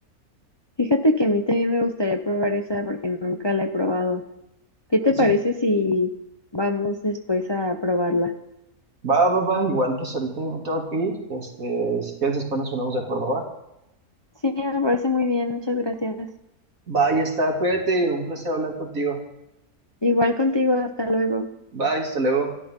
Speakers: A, on the left; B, on the right.
A: Fíjate que a mí también me gustaría probar esa porque nunca la he probado. ¿Qué te
B: Así
A: parece
B: que,
A: si vamos después a probarla?
B: va, va, va, igual pues ahorita yo me tengo que ir. Este, si quieres después nos ponemos de acuerdo, va.
A: Sí, me parece muy bien, muchas gracias.
B: Va, ya está, cuídate, un placer hablar contigo.
A: Igual contigo, hasta luego.
B: Bye, hasta luego.